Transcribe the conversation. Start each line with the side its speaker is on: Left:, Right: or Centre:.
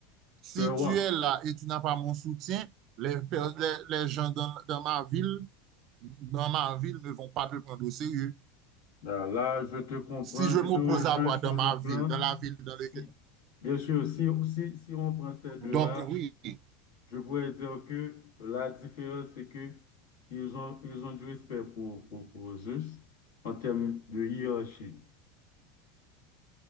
Right: Si
Left: Tu es
Right: tu
Left: roi.
Right: es là et tu n'as pas mon soutien, les, les, les gens dans, dans ma ville, dans ma ville ne vont pas te prendre au sérieux.
Left: Là, là, je te comprends,
Right: Si je
Left: je
Right: m'oppose
Left: te rejoins
Right: à toi
Left: sur
Right: dans
Left: le
Right: ma
Left: plan.
Right: ville, dans la ville dans
Left: Si,
Right: laquelle...
Left: bien sûr, si, si, si on prend ces deux-là,
Right: Donc oui.
Left: je pourrais dire que la différence, c'est que ils ont, ils ont du respect pour, pour, pour Zeus en termes de hiérarchie.